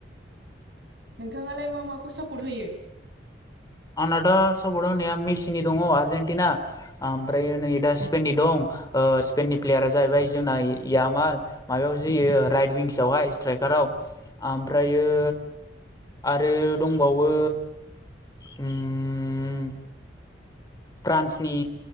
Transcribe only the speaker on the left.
आंना दा सापर्ट नैया मेसिनि दङ आर्जेनटिना ओमफ्राय नै दा स्पेननि दं। ओ स्पेननि प्लेयारा जाहैबाय जोंना यामाल माबायाव जोयो राइट विंसआवहाय स्ट्राइकार फ्राव आमफ्रायो आरो दंबावो उम फ्रान्सनि